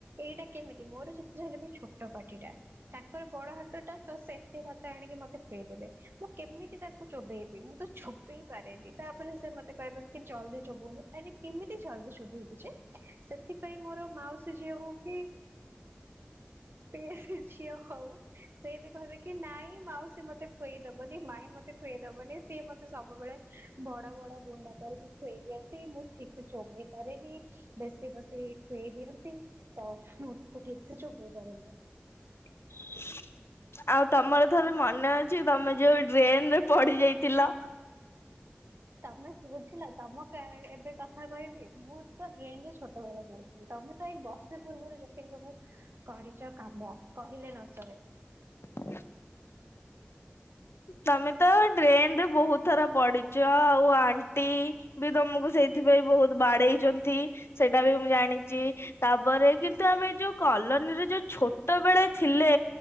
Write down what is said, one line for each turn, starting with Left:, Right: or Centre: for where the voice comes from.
Right: ଏଇଟା କେମିତି ମୋର ଯେତେ ଯା ହେଲେ ବି ଛୋଟ ପାଟିଟା। ତାଙ୍କର ବଡ ହାତ ଟା ତ ସେତେ ଭାତ ଆଣିକି ମତେ ତେପେଇଦେବେ ମୁଁ କେମିତି ତାକୁ ଚୋବେଇବି ମୁଁ ତ ଛୋବେଇ ପାରେନି ତାପରେ ସେ ମତେ କହିବେ ଜଲଦି ଚୋବଉନୁ ଆରେ କେମିତି ଜଲଦି ଚୋବେଇବି ଯେ ସେଥିପାଇଁ ମୋର ମାଉସୀ ସେ ଝିଅ ହଉ କି ପିଇସି ଝିଅ ହଉ ସେ ବି କହିବେ କି ନାଇଁ ମାଉସୀ ସିଏ ମତେ ଖୁଏଇ ଦବନି ମାଇଁ ମତେ ଖୁଏଇଦବନି ସିଏ ମତେ ସବୁବେଳେ ବଡ ବଡ ଗୁଣ୍ଡା କରିକି ଖୁଏଇ ଦିଅନ୍ତି ମୁଁ ଠିକ ସେ ଚୋବେଇ ପାରେନି। ବେଶୀ ବସି ଖୁଏଇ ଦିଅନ୍ତି ତ ମୁଁ ତାକୁ ଠିକ ସେ ଚୋବେଇ ପାରେନି।
Left: ଫାଙ୍କା ଅଡିଓ ଆଉ ତମର ଥରେ ମନେ ଅଛି ତମେ ଯୋଉ ଡ୍ରେନ ରେ ପଡି ଯାଇଥିଲ।
Right: ତମେ ବୁଝିଲ ତମ କ୍ୟାରେ ଏବେ କଥା କହିବି ମୁଁ ତ ଡ୍ରେନ ରେ ଛୋଟ ବେଳେ ପଡି ତମେ ତ ଏଇ ବର୍ଷେ ପୂର୍ବରୁ ଯେତିକି ସବୁ କରିଚ କାମ କହିଲେ ନ ସରେ।
Left: ଫାଙ୍କା ଅଡିଓ ତମେ ତ ଡ୍ରେନ ରେ ବହୁତ ଥର ପଡିଚ ଆଉ ଆଣ୍ ଣ୍ଟି ବି ତମକୁ ସେଇଥିପାଇଁ ବହୁତ ବାଡେଇଚନ୍ତି ସେଇଟା ବି ମୁଁ ଜାଣିଚି। ତାପରେ କିନ୍ତୁ ଆମେ ଏଇ ଯୋଉ କଲୋନୀରେ ଯୋଉ ଛୋଟ ବେଳେ ଥିଲେ